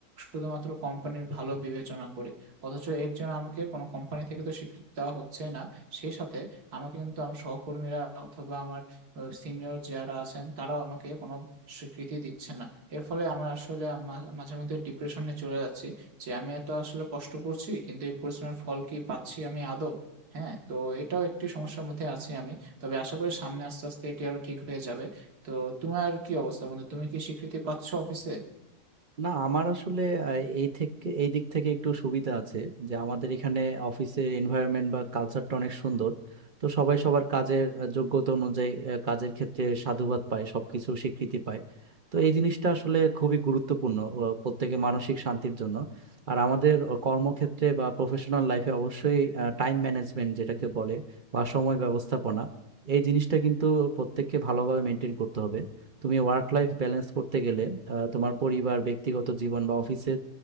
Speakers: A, on the right; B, on the right.
A: শুধুমাত্র কোম্পানির ভালো বিবেচনা করে অথচ এর জন্য আমাকে কোনো কোম্পানি থেকে তো স্বীকৃতি দেওয়া হচ্ছে না সেই সাথে আমাকে কিন্তু আমার সহকর্মীরা অথবা আমার সিনিয়র যারা আছেন তারাও আমাকে কোনো স্বীকৃতি দিচ্ছে না এর ফলে আমার আসলে মা- মাঝে মধ্যে ডিপ্রেশনে চলে যাচ্ছি যে আমি এত আসলে কষ্ট করছি কিন্তু এই পরিশ্রমের ফল কি পাচ্ছি আমি আদৌ হ্যাঁ তো এটাও একটি সমস্যার মধ্যে আছি আমি তবে আশা করি সামনে আস্তে আস্তে এটি আরো ঠিক হয়ে যাবে তো তোমার কি অবস্থা বন্ধু তুমি কি স্বীকৃতি পাচ্ছ অফিসে
B: না আমার আসলে আহ, এই থেকে এই দিক থেকে একটু সুবিধা আছে যে আমাদের এখানে অফিসের এনভায়রনমেন্ট বা কালচারটা অনেক সুন্দর তো সবাই সবার কাজের আহ, যোগ্যতা অনুযায়ী আহ, কাজের ক্ষেত্রে সাধুবাদ পায় সবকিছু স্বীকৃতি পায় তো এই জিনিসটা আসলে খুবই গুরুত্বপূর্ণ আহ, প্রত্যেকের মানসিক শান্তির জন্য আর আমাদের কর্মক্ষেত্রে বা প্রফেশনাল লাইফে অবশ্যই টাইম ম্যানেজমেন্ট যেটাকে বলে বা সময় ব্যবস্থাপনা এই জিনিসটা কিন্তু প্রত্যেককে ভালোভাবে মেনটেন করতে হবে তুমি ওয়ার্ক লাইফ ব্যালেন্স করতে গেলে আহ, তোমার পরিবার ব্যক্তিগত জীবন বা অফিসের